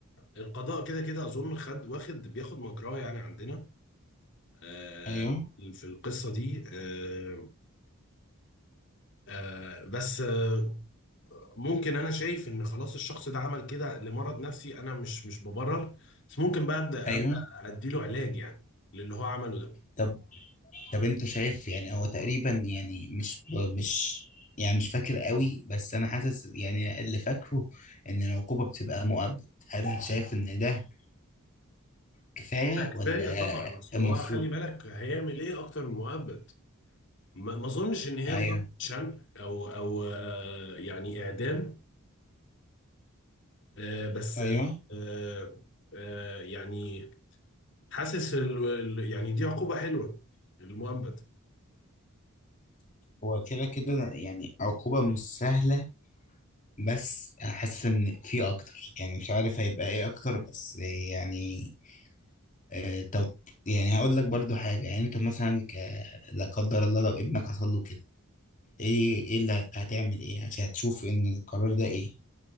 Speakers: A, on the left; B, on the left.
A: القضاء كده كده أظن خد واخد بياخد مجراه يعني عندنا آه،
B: ايوه
A: في القصة دي آه، آه بس آه ممكن انا شايف ان خلاص الشخص ده عمل كده لمرض نفسي انا مش مش ببرر بس ممكن بقى ابدا
B: ايوه
A: ابدا اديله علاج يعني للي هو عمله ده
B: طب طب انت شايف يعني هو تقريبا يعني مش مش يعني مش فاكر قوي بس انا حاسس يعني اللي فاكره ان العقوبة بتبقى مؤبد هل انت شايف ان ده كفاية
A: ده كفايه
B: ولا
A: طبعا اصل
B: المفروض
A: هو خلي بالك هيعمل ايه اكتر من مؤبد ما ما اظنش ان هي
B: ايوه
A: لدرجه شنق او او آه يعني اعدام آه بس
B: ايوه
A: آه آه يعني حاسس ال ال- يعني دي عقوبه حلوه المؤبد
B: هو كده كده يعني عقوبة مش سهلة بس حاسس ان في اكتر يعني مش عارف هيبقى ايه اكتر بس يعني آه، طب يعني هقول لك برضو حاجة يعني انت مثلا ك... لا قدر الله لو ابنك حصل له كده ايه ايه اللي هتعمل ايه عشان هتشوف ان القرار ده ايه